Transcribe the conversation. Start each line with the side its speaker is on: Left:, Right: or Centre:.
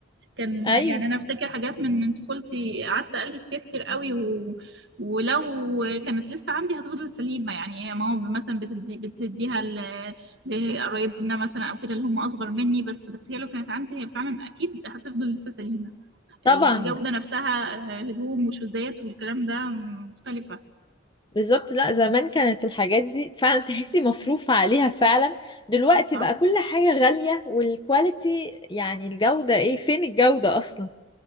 Right: كان
Left: أيوة
Right: يعني انا افتكر حاجات من من طفولتي قعدت البس فيها كتير قوي و... ولو كانت لسه عندي هتفضل سليمة يعني هي ماما مثلا بتدي بتديها ل- لقرايبنا مثلا او كده اللي هم اصغر مني بس بس هي لو كانت عندي هي فعلا اكيد هتفضل لسه سليمة
Left: طبعا
Right: الجودة نفسها آه، هدوم وشوزات والكلام ده مختلفة
Left: بالظبط لا زمان كانت الحاجات دي فعلا تحسي مصروف عليها فعلا دلوقتي
Right: صح
Left: بقى كل حاجة غالية والكواليتي يعني الجودة ايه فين الجودة أصلا